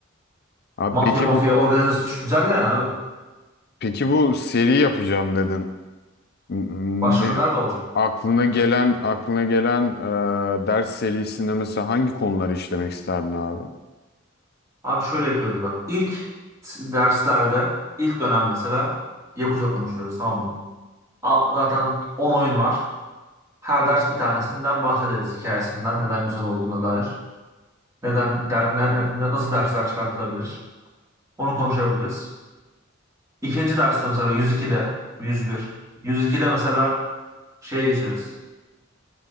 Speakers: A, on the left; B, on the right.
A: Abi
B: Mafya
A: peki
B: mafya
A: bu
B: organize suç. Güzel yani abi.
A: Peki bu seri yapacağım dedin. M-
B: Başka
A: Ne
B: günler de olacak.
A: aklına gelen aklına gelen e, ders serisinde mesela hangi konuları işlemek isterdin abi?
B: Abi şöyle yapıyoruz bak. İlk t- derslerde ilk dönem mesela Yakuza konuşuyoruz tamam mı? A- Zaten 10 oyun var. Her ders bir tanesinden bahsederiz hikayesinden neden güzel olduğuna dair. Neden der, ne- ne- ne- nasıl dersler çıkartılabilir? Onu konuşabiliriz. İkinci derste mesela 102'de 101. 102'de mesela şeye geçeriz.